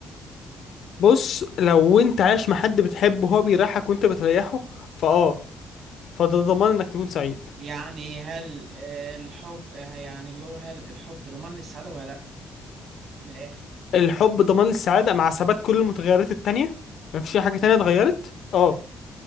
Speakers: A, on the left; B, on the right.
A: بص لو انت عايش مع حد بتحبه وهو بيريحك وانت بتريحه فاه فده ضمان انك تكون سعيد
B: يعني هل آه، الحب آه، يعني اللي هو هل الحب ضمان للسعادة ولا لا من الآخر
A: الحب ضمان السعادة مع ثبات كل المتغيرات التانية مفيش اي حاجة تانية اتغيرت اه